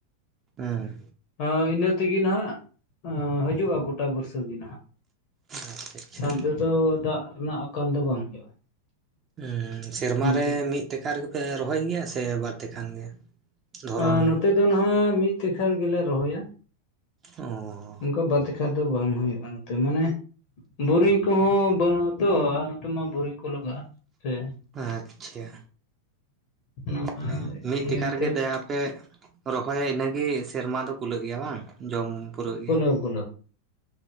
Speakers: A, on the right; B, on the left.
A: ᱦᱮᱸ
B: ᱦᱟ ᱤᱱᱟᱹ ᱛᱤᱜᱤ ᱱᱟᱦᱜ ᱦᱤᱡᱩᱜᱼᱟ ᱜᱩᱴᱟ ᱵᱩᱨᱥᱟ ᱜᱤ ᱱᱟᱦᱜ᱾
A: ᱟᱪᱪᱷᱟ ᱟᱪᱪᱷᱟ
B: ᱟᱱᱛᱮ ᱫᱚ ᱫᱟᱜ ᱨᱮᱱᱟᱜ ᱟᱠᱟᱞ ᱫᱚ ᱵᱟᱝ ᱦᱩᱭᱩᱜᱼᱟ
A: ᱦᱩᱸ ᱥᱮᱨᱢᱟᱨᱮ
B: ᱤᱱᱟᱹ ᱠᱚ
A: ᱢᱤᱫ ᱴᱮᱠᱟᱨ ᱜᱮᱯᱮ ᱨᱚᱦᱚᱭ ᱜᱮᱭᱟ ᱥᱮ ᱵᱟᱨ ᱛᱮᱠᱦᱟᱱ ᱜᱮ? ᱫᱷᱚᱨᱚᱱ
B: ᱟ ᱱᱚᱛᱮ ᱫᱚ ᱱᱟᱦᱟᱜ ᱢᱤᱫ ᱛᱮᱠᱷᱟᱱ ᱜᱮᱞᱮ ᱨᱚᱦᱚᱭᱟ᱾
A: ᱚ
B: ᱚᱝᱠᱟ ᱵᱟᱨ ᱛᱮᱠᱷᱟ ᱫᱚ ᱵᱟᱝ ᱦᱩᱭᱩᱜᱼᱟ ᱱᱛᱮ ᱢᱟᱱᱮ ᱵᱳᱨᱤᱝ ᱠᱚᱦᱚᱸ ᱵᱟᱹᱱᱩᱜ-ᱟ ᱛᱚ ᱟᱨ ᱱᱚᱛᱮ ᱢᱟ ᱵᱳᱨᱤᱝ ᱠᱚ ᱞᱟᱜᱟᱜᱼᱟ ᱥᱮ
A: ᱟᱪᱪᱷᱟ
B: ᱚᱱᱟ
A: ᱢᱟᱱᱮ ᱢᱤᱫ
B: ᱤᱭᱟᱹᱛᱮ
A: ᱛᱤᱠᱷᱟᱨ ᱨᱮᱜᱮ ᱫᱟᱭᱟ ᱯᱮ ᱨᱚᱦᱚᱭᱟ ᱤᱱᱟᱹᱜᱤ ᱥᱮᱨᱢᱟ ᱫᱚ ᱠᱩᱞᱟᱹᱜ ᱜᱮᱭᱟ ᱵᱟᱝ? ᱡᱚᱢ ᱯᱩᱨᱟᱹᱜ ᱜᱮᱭᱟ᱾
B: ᱞᱟᱹᱣ